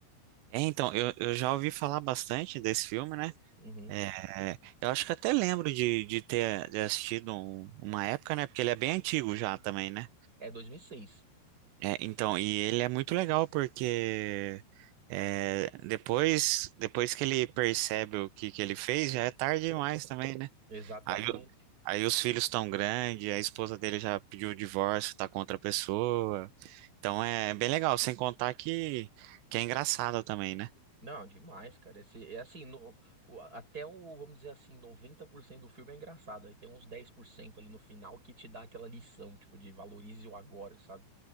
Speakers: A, on the right; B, on the right.
A: É, então, eu, eu já ouvi falar bastante desse filme, né?
B: Uhum.
A: É, eu acho que até lembro de, de ter assistido um- uma época, né? Porque ele é bem antigo já também, né?
B: É 2006.
A: É, então, e ele é muito legal porque é, depois, depois que ele percebe o que, que ele fez, já é tarde demais também, né?
B: Exatamente.
A: Aí, o- aí os filhos estão grandes, a esposa dele já pediu o divórcio, tá com outra pessoa. Então é é bem legal, sem contar que, que é engraçado também, né?
B: Não, demais, cara. Esse, é assim, no- o- até o, vamos dizer assim, 90% do filme é engraçado. Aí tem uns 10% ali no final que te dá aquela lição, tipo, de valorize o agora, sabe?